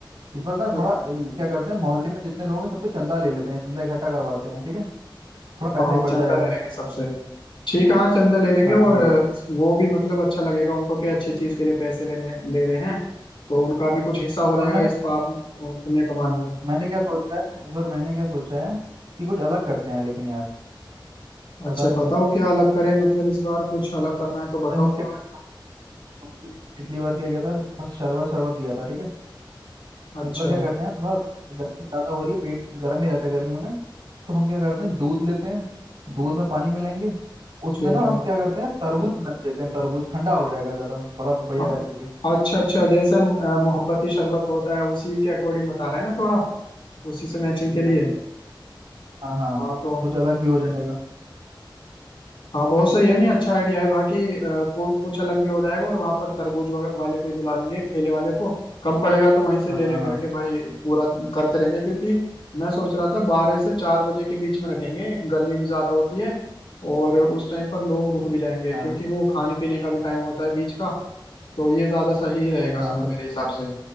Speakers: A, on the right; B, on the left.
A: इस बार ना
B: अ-
A: थोड़ा इल- क्या करते हैं मोहल्ले में जितने लोग हैं सबसे चंदा ले लेते हैं चंदा इकट्ठा करवाते हैं ठीक है थोड़ा पैसा
B: हाँ
A: ही बढ़
B: चंदा
A: जाएगा
B: ले लेंगे सबसे ठीक है हाँ चंदा ले लेंगे
A: हाँ
B: और
A: हाँ
B: अ, वो भी मतलब अच्छा लगेगा उनको क्या अच्छी चीज के लिए पैसे लेने ले रहे हैं तो उनका भी
A: हाँ,
B: कुछ हिस्सा हो जाएगा
A: और मैंने
B: इस पाप अ, पुण्य कमाने में
A: मैंने क्या सोचा है इस बार मैंने क्या सोचा है कि कुछ अलग करते हैं लेकिन यार
B: अच्छा
A: बता
B: बताओ क्या अलग करें मतलब इस बार कुछ अलग करना है तो बताओ
A: अरे हम
B: थोड़ा
A: क्या हम, हमने पिछली बार क्या किया था बस शरबत शरबत दिया था ठीक है
B: अच्छा
A: इस बार क्या करते हैं थोड़ा गर्मी ज़्यादा हो रही है पेट गर्म ही रहता है गर्मियों में तो हम क्या करते हैं दूध लेते हैं दूध में पानी मिलाएंगे उसमें
B: ठीक
A: ना
B: है
A: हम क्या करते हैं तरबूज मिला देते हैं तरबूज ठंडा हो जाएगा ज़्यादा बर्फ बढ़िया
B: अ-
A: करके
B: अच्छा अच्छा जैसे अ, मोहब्बती शरबत होता है उसी के अकॉर्डिंग बता रहा है ना थोड़ा
A: और कुछ
B: उसी से मैचिंग
A: वैसी
B: के
A: वैसी
B: लिए
A: हाँ हाँ
B: हाँ तो
A: कुछ अलग भी हो जाएगा
B: हाँ बहुत सही है नहीं अच्छा आइडिया है बाकी अ, को, कुछ अलग भी हो जाएगा और वहां पर तरबूज वग- वाले को ही बुला लेंगे एक ठेले वाले को कम पड़ेगा तो वहीं से
A: हाँ
B: ले ले करके
A: हाँ
B: भाई पूरा करते रहेंगे क्योंकि मैं सोच रहा था बारह से चार बजे के बीच में रखेंगे गर्मी भी ज्यादा होती है और उस टाइम पर लोग रुक भी जाएंगे
A: हाँ
B: क्योंकि वो खाने पीने का भी टाइम होता है बीच का तो ये ज्यादा सही ही रहेगा
A: हाँ
B: समय
A: सब
B: मेरे हिसाब से